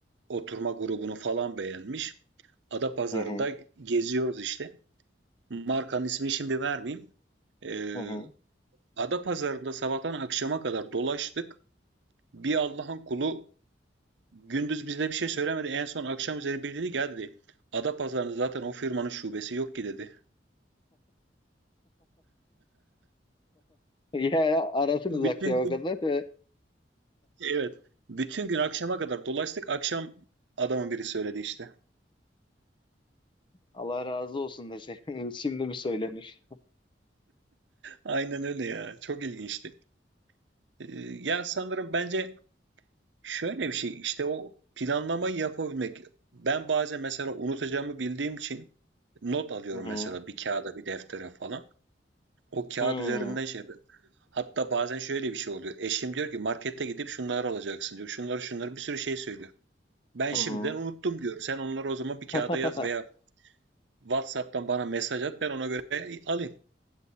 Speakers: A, on the right; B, on the left.
A: oturma grubunu falan beğenmiş. Adapazarı'nda
B: Hı hı.
A: geziyoruz işte. Markanın ismini şimdi vermeyeyim. Ee,
B: Hı hı. <laughs>
A: Adapazarı'nda sabahtan akşama kadar dolaştık. Bir Allah'ın kulu gündüz bize bir şey söylemedi. En son akşam üzeri biri dedi ki "Ya," dedi. Adapazarı'nda zaten o firmanın şubesi yok ki dedi.
B: Ya arasınız
A: Bütün
B: akşama
A: gün
B: kadar.
A: evet. Bütün gün akşama kadar dolaştık. Akşam adamın biri söyledi işte.
B: Allah razı olsun dese <laughs> şimdi mi söylenir?
A: Aynen öyle ya. Çok ilginçti. Ee, ya sanırım bence şöyle bir şey işte o planlamayı yapabilmek. Ben bazen mesela unutacağımı bildiğim için not alıyorum
B: Hı hı.
A: mesela bir kağıda bir deftere falan. O kağıt
B: Hı
A: üzerinden şey Hatta bazen şöyle bir şey oluyor. Eşim diyor ki markette gidip şunları alacaksın diyor. Şunları şunları bir sürü şey söylüyor. Ben
B: hı.
A: şimdiden
B: hı.
A: unuttum diyorum. Sen onları o zaman bir
B: <laughs>
A: kağıda yaz veya WhatsApp'tan bana mesaj at ben ona göre alayım.